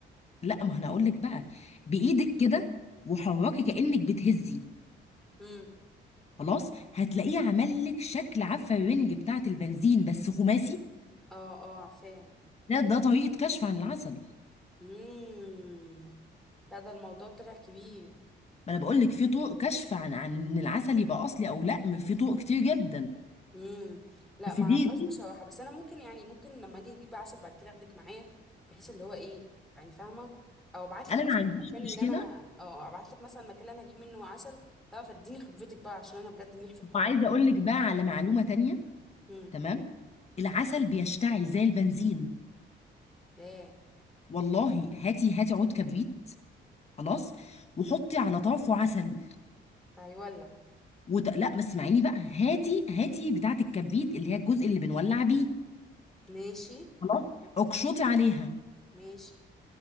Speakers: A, on the left; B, in the centre.
A: لا ما انا اقول لك بقى بايدك كده وحركي كانك بتهزي
B: امم
A: خلاص هتلاقيه عمل لك شكل عارفه الرنج بتاعه البنزين بس خماسي
B: اه اه عارفاها
A: ده ده طريقه كشف عن العسل
B: امم لا ده الموضوع طلع كبير
A: ما انا بقول لك في طرق كشف عن عن إن العسل يبقى اصلي او لا في طرق كتير جدا
B: امم لا
A: بس
B: ما اعرفهاش
A: دي دي
B: بصراحة بس انا ممكن يعني ممكن لما اجي اجيب عسل بعد كده اخدك معايا بحيث اللي هو ايه يعني فاهمة او ابعت لك
A: انا
B: مثلا
A: ما عنديش
B: المكان
A: مشكله
B: اللي انا او ابعت لك مثلا المكان اللي انا اجيب منه عسل تعرف اديني خبرتك بقى عشان انا بجد منيح في الحوار
A: وعايزه
B: ده
A: اقول لك بقى على معلومه تانية
B: امم
A: تمام العسل بيشتعل زي البنزين
B: ايه
A: والله هاتي هاتي عود كبريت خلاص وحطي على طرفه عسل
B: فهيولع
A: وت... لا بس اسمعيني بقى هاتي هاتي بتاعه الكبريت اللي هي الجزء اللي بنولع بيه
B: ماشي
A: خلاص اقشطي عليها
B: ماشي